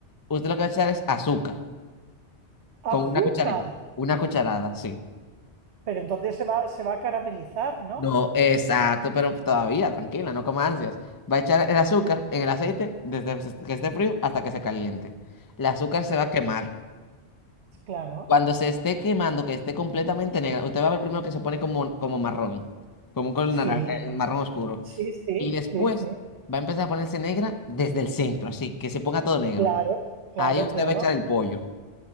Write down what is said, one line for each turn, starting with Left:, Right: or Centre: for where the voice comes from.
Left: Usted lo que va a echar es azúcar, con
Right: Azúcar,
Left: una cucharita, una cucharada, sí.
Right: pero entonces se va, se va a caramelizar, ¿no?
Left: No, exacto, pero todavía, tranquila, no comas ansias. Va a echar el azúcar en el aceite desde que esté frío hasta que se caliente. El azúcar
Right: Sí,
Left: se va a quemar.
Right: claro,
Left: Cuando se esté quemando, que esté completamente negra, usted va a ver primero que se pone como, como marrón, como un color
Right: sí,
Left: naran- eh, marrón oscuro.
Right: sí, sí,
Left: Y después
Right: sí, sí,
Left: va a empezar a ponerse negra desde el centro, así que se ponga todo negro.
Right: claro, claro,
Left: Ahí usted
Right: claro.
Left: va a echar el pollo.